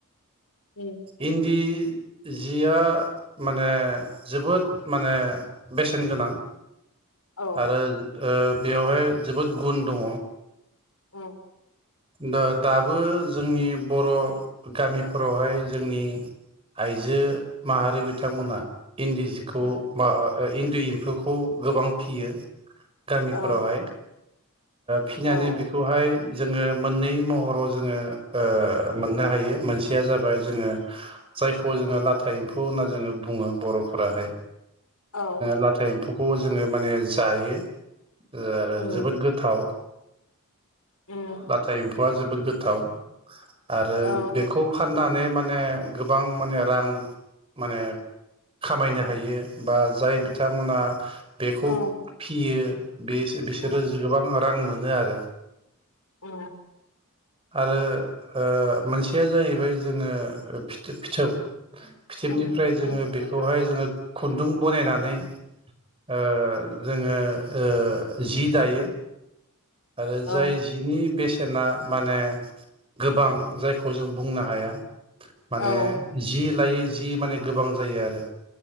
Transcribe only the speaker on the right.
इन्दि। जिया माने जोबोद माने बेसेन गोनां।
आरो बेवहाय जोबोद गुन दङ।
दा दाबो जोंनि बर' गामिफोरावहाय जोंनि। आइजो माहारि बिथांमोना। इन्दि जिखौ
बा इन्दि एम्फौखौ गोबां फियो। गामिफोरावहाय।
फिनानै
बेखौहाय। जोङो मोननै महराव जोङो मोननो हायो मोनसेया जाबाय जोङो जायखौ जोङो लाथा एम्फौ होनना जोङो बुङो बर'फोराहाय।
लाथा एम्फौखौ जोङो माने जायो। आरो
जोबोद गोथाव।
लाथा एम्फौआ जोबोद गोथाव आरो
बेखौ फा। फाननानै माने गोबां माने रां माने खामायनो हायो बा जाय बिथांमोना बेखौ
फियो बे बिसोरो
गोबां रां मोनो आरो।
आरो ओ मोनसेया जाहैबाय जोङो फिथोब फिथोब फिथोबनिफ्राय
जोङो
बेखौहाय जोङो खुन्दुं बानायनानै नै ओ जोङो ओ जि दायो आरो
जाय जिनि बेसेना माने गोबां जायखौ जों बुंनो हाया
माने जि लायै जि माने गोबां जायो आरो